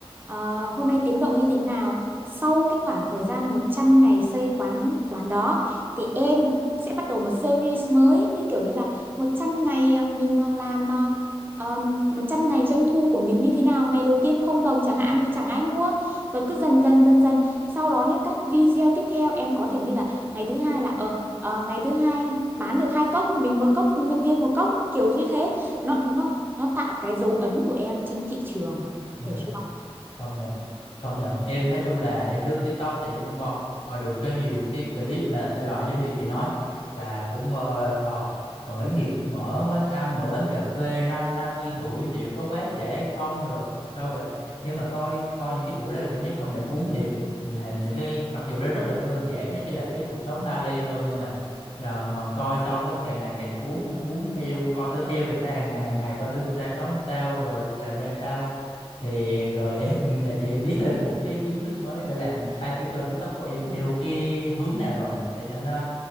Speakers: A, on the right; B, on the left.
A: ờ, hôm nay tiến độ như thế nào sau cái khoảng thời gian 100 ngày xây quán quán đó thì em sẽ bắt đầu một series mới như kiểu như là 100 ngày ờ, mình ờ, làm ờ, ờ, 100 ngày doanh thu của mình như thế nào ngày đầu tiên không đồng chẳng hạn vì chẳng ai mua rồi cứ dần dần dần dần sau đó nhé các video tiếp theo em có thể như là ngày thứ hai là ờ ờ, ngày thứ hai bán được hai cốc mình một cốc nhân viên một cốc kiểu như thế nó nó nó tạo cái dấu ấn của em trên thị trường
B: Dạ.
A: hiểu chưa
B: công nhận công nhận em nói chung là em lướt TikTok thì em cũng coi coi được cái nhiều cái clip mà thể loại giống như chị nói là cũng ờ, ờ, khởi nghiệp mở quán ăn mở quán cà phê năm 50 tuổi liệu có quá trễ hay không rồi sao về nhưng mà coi coi những cái chuỗi đó cảm giác công nhận cuốn thiệt làm những cái mặc dù nó rất là đơn giản nó chỉ là cái cuộc sống daily thôi nhưng mà là coi xong á thì càng ngày càng cuốn cũng muốn theo coi thử theo người ta hàng ngày hàng ngày coi thử người ta sống sao rồi làm ra sao thì rồi <laughs> em giờ chị biết thêm một cái kiến thức mới để làm xây cái kênh TikTok của em theo cái hướng nào rồi để cho nó